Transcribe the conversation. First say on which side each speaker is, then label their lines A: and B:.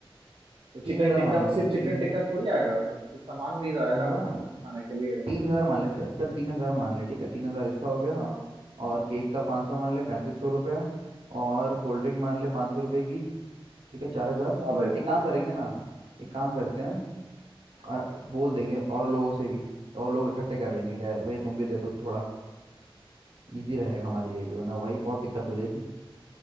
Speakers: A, on the right; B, on the right.
A: तो चिकन
B: तीन हजार
A: टिक्का
B: मान ले
A: में
B: चल
A: सिर्फ
B: ठीक
A: चिकन
B: है तीन
A: टिक्का थोड़ी आएगा वो तो सामान भी तो आएगा
B: हाँ
A: उसमें खाने के लिए
B: तीन हजार मान ले चल चल तीन हजार मान ले ठीक है तीन हजार इसका हो गया
A: हाँ
B: और केक का पाँच सौ मान ले पैंतीस सौ रुपया और कोल्ड ड्रिंक मान ले पाँच सौ रुपये की ठीक है चार हजार
A: हाँ भाई
B: एक काम करेंगे ना एक काम करते हैं आ, बोल देंगे और लोगों से भी और लोग इकट्ठे कर लेंगे क्या है, भाई तुम भी दे दो थोड़ा इजी रहेगा हमारे लिए भी वरना वही बहुत दिक्कत हो जाएगी